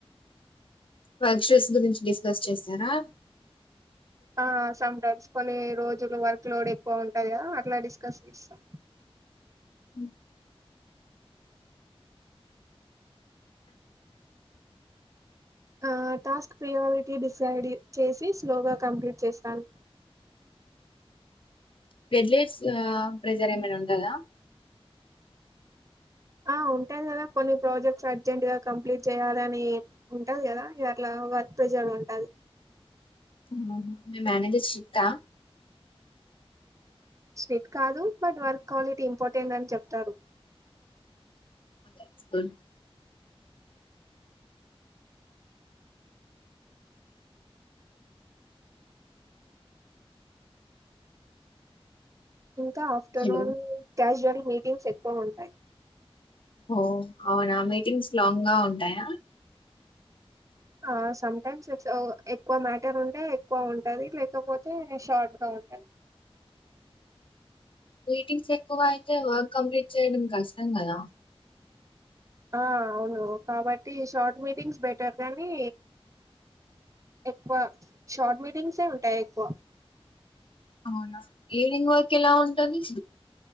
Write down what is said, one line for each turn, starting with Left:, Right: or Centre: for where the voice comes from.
Left: వర్షెస్ గురించి డిస్కస్ చేస్తరా
Right: ఆ సమ్ టైప్స్ కొన్ని రోజు తున్న వర్క్ లోడ్ ఎక్కువ ఉంటది కదా అట్ల డిస్కస్ చేస్తాం
Left: భు
Right: ఆ టాస్క్ ప్రియారిటీ డిసైడ్ చేసి స్లోగ కంప్లీట్ చేస్తాను
Left: బెడ్లెట్స్ ప్రెజర్ ఏమైన ఉంటదా
Right: ఆ ఉంటది కదా కొన్ని ప్రాజెక్ట్స్ అర్జెంట్ గా కంప్లీట్ చేయాలని ఉంటది కదా ఇగ అట్ల వర్క్ ప్రెజర్ ఉంటది
Left: అహ మి మ్యానేజర్ స్ట్రిక్ష
Right: స్ట్రిక్ట్ర కాదు బట్ వర్క్ క్వాలిటీ ఇంపార్టెంట్ అని చెప్తారు
Left: ఇట్స్ కాల్
Right: ఇంకా ఆఫ్టర్నూన్
Left: హలో
Right: క్యాజ్యవల్ మీటింగ్స్ ఎక్కువ ఉంటాయి
Left: ఓ అవున మీటింగ్స్ లాంగ్ గా ఉంటాయ
Right: ఆ సమ్ టైమ్స్ ఇట్స్ ఎక్కువ మ్యాటర్ ఉంటే ఎక్కువ ఉంటది లేకపోతే షార్ట్గా ఉంటది
Left: మీటింగ్స్ ఎక్కువ అయితే వర్క్ కంప్లీట్ చేయడం కష్టం కదా
Right: ఆ అవును కాబట్టి షార్ట్ మీటింగ్స్ బెటర్ కానీ ఎక్కువ షార్ట్ మీటింగ్సే ఉంటాయి ఎక్కువ
Left: అవునా ఈవనింగ్ వర్క్ ఎలా ఉంటది